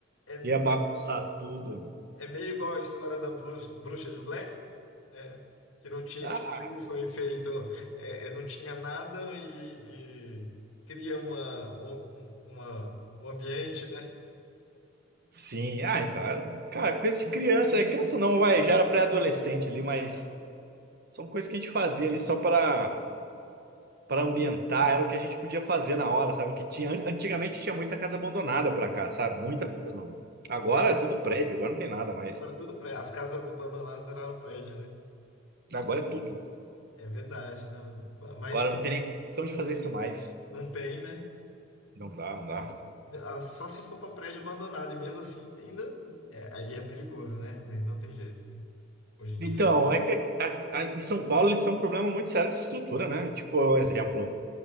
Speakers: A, on the left (about 90°); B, on the right (about 50°).
A: É
B: ia bagunçar tudo.
A: É meio igual a história da Bruxa, Bruxa de Blair, né? Que não tinha,
B: Ah,
A: que o filme foi feito, é, é, não tinha nada e, e cria uma, um- um, uma, um ambiente, né?
B: Sim, ah, então, era- cara, coisa de criança, né? Criança não, vai, já era pré-adolescente ali, mas são coisas que a gente fazia ali só para para ambientar, era o que a gente podia fazer na hora, sabe? O que tinha, an- antigamente tinha muita casa abandonada pra cá, sabe? Muita mesmo. Agora é tudo prédio, agora não tem nada mais.
A: Para tudo prédio. As casas abandonadas viraram prédio, né?
B: Agora é tudo.
A: É verdade, não, mas
B: Agora não tem nem questão de fazer isso mais.
A: não tem, né?
B: Não dá, não dá.
A: Ah, Só se for para prédio abandonado, e mesmo assim ainda é, aí é perigoso, né? Aí não tem jeito, né? Hoje em
B: Então,
A: dia.
B: é que a- a- em São Paulo eles têm um problema muito sério de estrutura, né? Tipo, um exemplo.